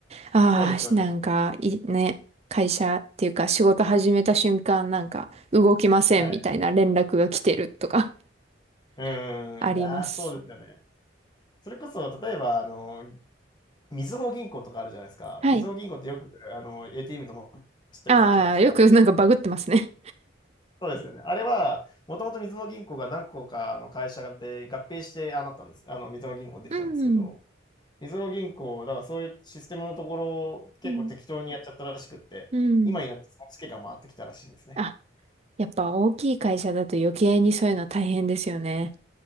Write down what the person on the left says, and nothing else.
そうですよね。
はい。うーん。
いやー、そうですよね。それこそ、例えば、あの、みずほ銀行とかあるじゃないですか。
みずほ銀行ってよく、あの、ATM とも知ったりするじゃないですか。
そうですよね。あれは、もともとみずほ銀行が何個かの会社で合併して、ああなったんです。あの、みずほ銀行できたんですけど、
みずほ銀行、だからそういうシステムのところ結構適当にやっちゃったらしくって、
今になってそのツケが回ってきたらしいんですね。